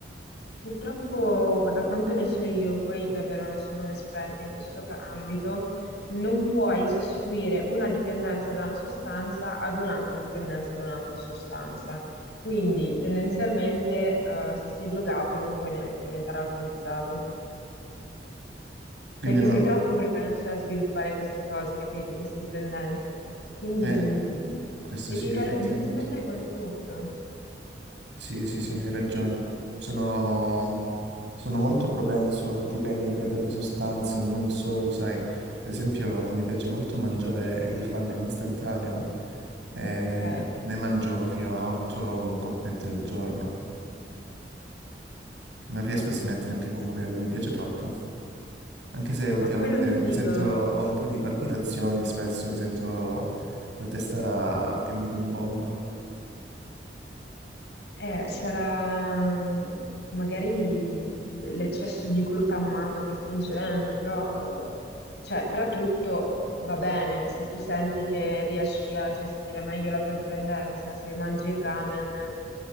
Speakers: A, on the left; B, on the right.
A: Purtroppo, da quanto ne so io, poi davvero non sono un'esperta in questo ca- ambito, non puoi sostituire una dipendenza da una sostanza ad un'altra dipendenza da un'altra sostanza. Quindi, tendenzialmente, eh, se sei drogato non puoi neanche diventare alcolizzato.
B: Quindi
A: Perché
B: no,
A: sei troppo propenso a sviluppare queste cose, capito? Queste dipendenze. Quindi
B: eh, questo
A: devi,
B: sì, effettivamente.
A: fer- devi smettere con tutto,
B: Sì, sì, sì, hai ragione. Sono, sono molto propenso a dipendere dalle sostanze, non solo, sai. Per esempio, mi piace molto mangiare il ramen istantaneo. e
A: ok?
B: ne mangio fino a 8 coppette al giorno. Non riesco a smettere anche con quello, mi piace troppo. Anche se ultimamente
A: Ma quello ti dico.
B: mi sento, ho un po' di palpitazioni, spesso mi sento la testa che mi rimbomba.
A: Eh, sarà magari l- l'eccesso di glutammato che stai ingerendo, però, eh, cioè, tra tutto va bene se tu senti che riesci a gestire meglio la tua dipendenza, se mangi il ramen,